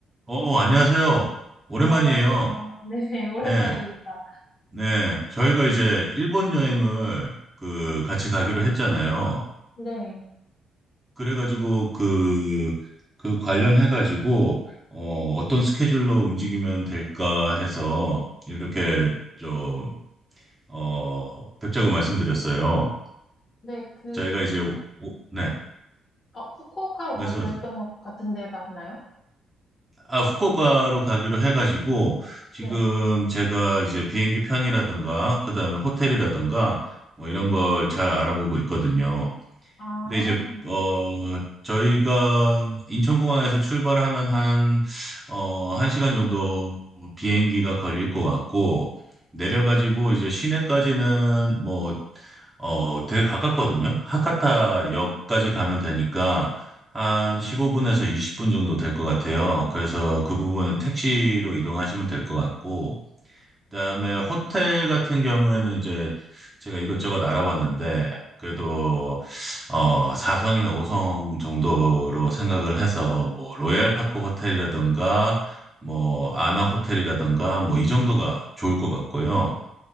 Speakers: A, on the right; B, on the left.
A: 어, 안녕하세요. 오랜만이에요.
B: 안녕하세요. 네, <laughs> 오랜만입니다.
A: 네, 네. 저희가 이제 일본 여행을 그 같이 가기로 했잖아요.
B: 네.
A: 그래가지고 그, 그 관련해가지고 어, 어떤 스케줄로 움직이면 될까 해서 이렇게 좀, 어, 뵙자고 말씀드렸어요.
B: 네, 그,
A: 저희가 이제, 오- 오- 네,
B: 어, 후쿠오카로
A: 말씀하세요.
B: 가기로 했던 것 같은데 맞나요?
A: 아, 후쿠오카로 가기로 해가지고 지금
B: 네.
A: 제가 이제 비행기 편이라든가 그다음에 호텔이라든가 뭐 이런 걸 잘 알아보고 있거든요.
B: 아,
A: 근데 이제 어 저희가 인천공항에서 출발하면 한 어, 한 시간 정도 비행기가 걸릴 것 같고 내려가지고 이제 시내까지는 뭐 어, 되게 가깝거든요. 하카타
B: 음,
A: 역까지 가면 되니까 한 15분에서 20분 정도 될 것 같아요. 그래서 그 부분은 택시로 이동하시면 될 것 같고, 그다음에 호텔 같은 경우에는 이제 제가 이것저것 알아봤는데, 그래도 어, 4성이나 5성 정도로 생각을 해서 뭐 로얄파크 호텔이라든가 뭐 아나 호텔이라든가 뭐 이 정도가 좋을 것 같고요.